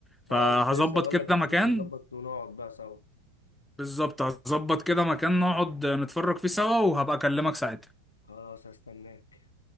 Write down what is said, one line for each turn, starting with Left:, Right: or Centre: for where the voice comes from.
Centre: فهظبط
Left: اه كنت لسه اقول
Centre: كده
Left: لك نشوف
Centre: مكان
Left: نظبط ونقعد بقى سوا
Centre: بالظبط هظبط كده مكان نقعد نتفرج فيه سوا وهبقى اكلمك ساعتها
Left: خلاص هستناك